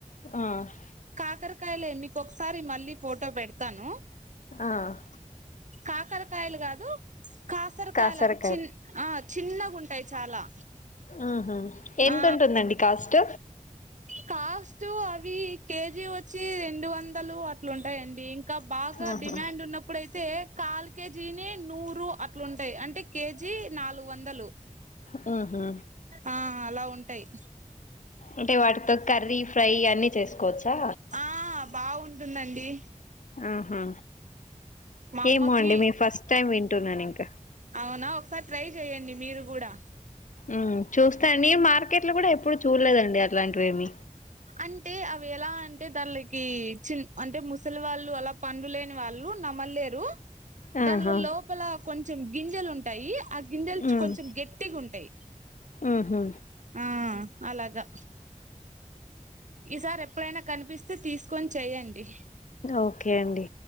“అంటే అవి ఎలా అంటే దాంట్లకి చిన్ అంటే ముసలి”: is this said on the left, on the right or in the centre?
Right